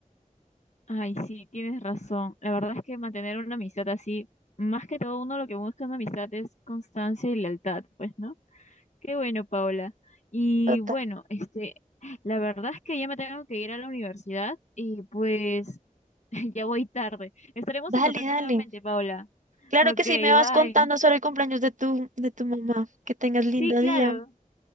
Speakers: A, on the left; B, on the right.
A: Ay, sí, tienes razón. La verdad es que mantener una amistad así, más que todo uno lo que busca en una amistad es constancia y lealtad, pues, ¿no? Qué bueno, Paola. Y
B: Total.
A: bueno, este, la verdad es que ya me tengo que ir a la universidad y pues <laughs> ya voy tarde. Estaremos
B: Dale,
A: en contacto
B: dale.
A: nuevamente, Paola.
B: Claro
A: Ok,
B: que sí,
A: bye.
B: me vas contando sobre el cumpleaños de tu, de tu mamá. Que tengas
A: Sí,
B: lindo
A: claro.
B: día.